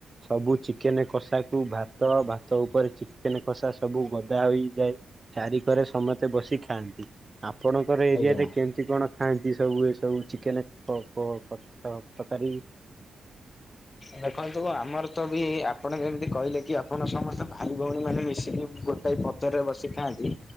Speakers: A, on the right (about 30°); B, on the left (about 45°).
A: ସବୁ ଚିକେନ କଷାକୁ ଭାତ ଭାତ ଉପରେ ଚିକେନ କଷା ସବୁ ଗଦା ହୋଇଯାଏ ଚାରିିକରେ ସମସ୍ତେ ବସି ଖାଆନ୍ତି। ଆପଣଙ୍କର ଏରିଆରେ
B: ଆଜ୍ଞା।
A: କେମିତି କଣ ଖାଆନ୍ତି ସବୁ ଏ ସବୁ ଚିକେନ ପ ପ ପତ୍ର ଉପକାରୀ
B: ଦେଖନ୍ତୁ ଆମର ତ ବି ଆପଣ ଯେମିତି କହିଲେ କି ଆପଣ ସମସ୍ତେ ଭାଇ ଭଉଣୀ ମାନେ ମିଶିକି ଗୋ <unintelligible> ପତରରେ ବସିଖାଆନ୍ତି